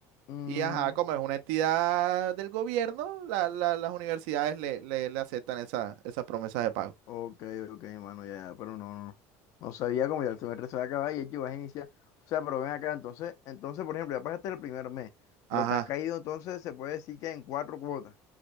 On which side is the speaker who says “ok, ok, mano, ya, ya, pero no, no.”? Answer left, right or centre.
Left